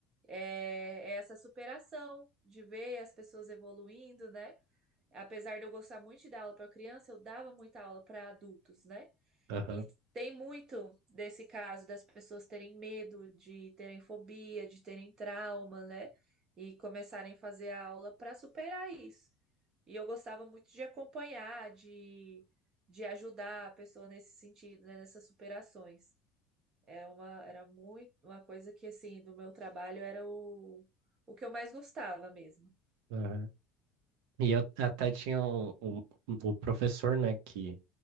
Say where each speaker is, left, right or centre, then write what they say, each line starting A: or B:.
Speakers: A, on the right (about 30°); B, on the right (about 80°).
A: é, é essa superação de ver as pessoas evoluindo, né? Apesar de eu gostar muito de dar aula para criança, eu dava muita aula para adultos, né?
B: Aham,
A: E tem muito desse caso das pessoas terem medo, de terem fobia, de terem trauma, né? E começarem a fazer a aula para superar isso. E eu gostava muito de acompanhar, de, de ajudar a pessoa nesse sentido, né? Nessas superações. É uma, era muito uma coisa que assim, do meu trabalho era o, o que eu mais gostava mesmo.
B: aham. E eu até tinha um, um- o professor, né, que,